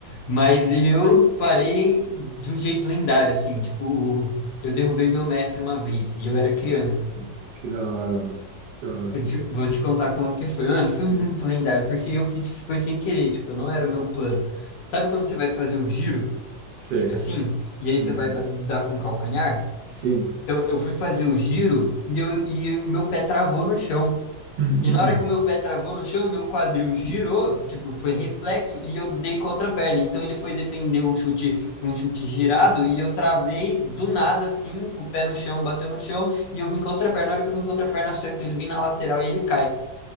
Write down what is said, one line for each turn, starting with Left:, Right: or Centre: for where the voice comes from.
Left: Mas eu parei de um jeito lendário, assim. Tipo, eu derrubei meu mestre uma vez e eu era criança, assim.
Right: Que da hora, que da hora.
Left: Eu te- vou te contar como que foi. Mano, foi
Right: Hum,
Left: muito lendário, porque eu fiz, foi sem querer, tipo, não era o meu plano. Sabe quando você vai fazer o giro,
Right: sei.
Left: assim, e aí
Right: Uhum.
Left: você vai ba- dar com o calcanhar?
Right: Sim.
Left: Então, eu fui fazer o giro e, eu, e o meu pé travou no chão.
Right: Hum,
Left: E na hora que o meu pé travou no chão, meu quadril girou, tipo, foi reflexo, e eu dei com a outra perna. Então ele foi defender um chute, um chute girado, e eu travei do nada, assim, com o pé no chão, bateu no chão, e eu vim com a outra perna. Na hora que eu vim com a outra perna, acerto ele bem na lateral e ele cai.